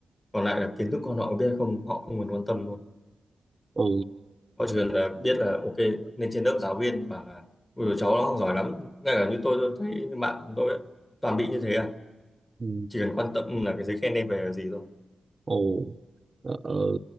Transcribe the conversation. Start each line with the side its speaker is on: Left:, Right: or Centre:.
Left: còn lại là kiến thức con họ biết hay không họ không cần quan tâm
Right: ừ
Left: họ chỉ cần là biết là ok lên trên lớp giáo viên bảo là ui cháu nó không giỏi lắm ngay cả như tôi tôi thấy như bạn tôi ấy, toàn bị như thế à
Right: ừ
Left: chỉ cần quan tâm là cái giấy khen đem về là gì thôi
Right: ồ ờ, ờ,